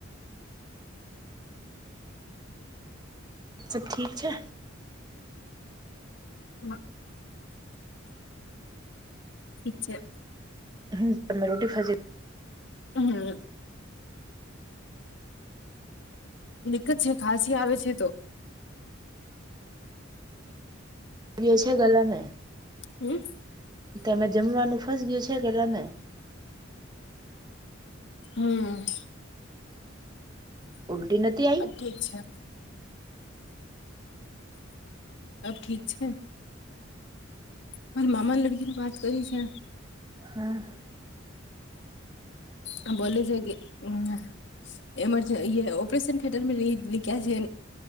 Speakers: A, on the right; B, on the left.
A: સબ ઠીક છે?
B: હમ. ઠીક છે.
A: હમ તમે રોટી ખા
B: હમ. દિકત છે, ખાંસી આવે છે, તો
A: યો છે, ગલા ને
B: <unintelligible>
A: તમે જમવાનું ફસ ગયું છે, ગલેમે
B: હમ.
A: ઉલટી નથી આઈ
B: અબ ઠીક છે, અબ ઠીક છે. મારી મામા લડકી વાત કરી છે.
A: હ હા
B: હ બોલી છે કે હમ? એમરજ ઓપરેેશન થયટર રખ્યા છે.